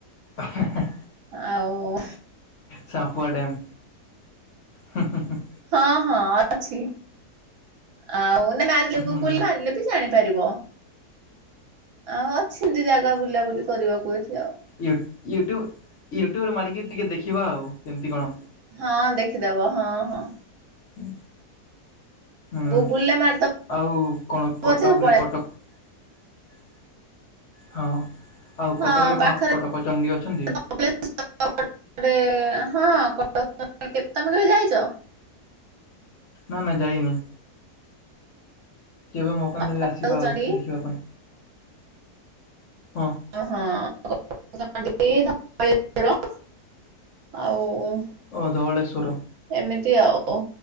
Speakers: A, on the left; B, on the right.
A: ଅ ହଁ ହଁ।
B: ଆଉ
A: ସାପୁଆ ଡେମ୍ ହୁଁ ହୁଁ ହୁଁ।
B: ହଁ ହଁ ଅଛି ଆଉ ନା ମାରିଲେ
A: ହୁଁ।
B: ଗୁଗୁଲ ମାରିଲେ ବି ଜାଣି ପାରିବ ଆଉ ଅଛି ଏମିତି ଜାଗା ବୁଲାବୁଲି କରିବାକୁ ଏଠି ଆଉ।
A: ୟୁଟ ୟୁଟୁବୁ ୟୁଟୁବୁ ରୁ ମାରିକି ଟିକେ ଦେଖିବା ଆଉ କେମିତି କଣ।
B: ହଁ ଦେଖିଦବ ହଁ ହଁ।
A: ହୁଁ। ହୁଁ
B: ଗୁଗୁଲରେ ମାରିଦବ
A: ଆଉ କଣ କଟକରେ
B: ଯେ ପଳେଇ
A: କଟକ ହଁ ଆଉ
B: ହଁ
A: କଟକରେ
B: ପାଖରେ
A: କଣ କଟକ ଚଣ୍ଡୀ ଅଛନ୍ତି?
B: <unintelligible> ତମେ କେବେ ଯାଇଛ?
A: ନା ନା ଯାଇନି। କେବେ ମଉକା ମିଳିଲେ
B: କଟକ
A: ଆସିବା
B: ଚଣ୍ଡୀ?
A: ଆଉ ଦେଖିବା ପାଇଁ ହଁ।
B: <unintelligible> ଆଉ।
A: ଓ ଧବଳେଶ୍ୱର।
B: ଏମିତି ଆଉ